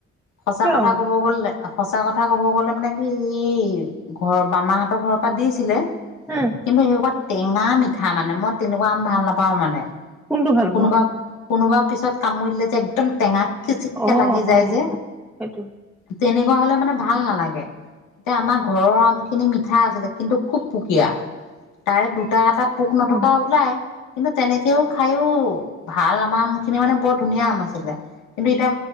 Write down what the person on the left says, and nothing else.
সঁচা
কথা ক'ব গ'লে সঁচা কথা ক'ব গ'লে মানে কি এই ঘৰৰ বামাহঁতৰ ঘৰৰ পৰা দিছিলে
কিন্তু সেইা টেঙা মিঠি ঠা মানে মই তেনেকুৱা আম ভাল নাপাও মানে।
কোনোবা
কোনোবা পিছত কামুৰিলে যে একদম টেঙা খিচিককে
লাগি যায়
যে
তেনেকুৱা হ'লে মানে ভাল নালাগে। এতিয়া আমাৰ ঘৰৰ আম খিনি মিঠা আছিলে কিন্তু খুব পুকীয়া তাৰে দুটা এটা এটা পোক নথকা
ওলাই কিন্তু তেনেকেও খাইও ভাল আম আাম খিনি মানে বৰ ধুনীয়া আম আছিলে কিন্তু এতিয়া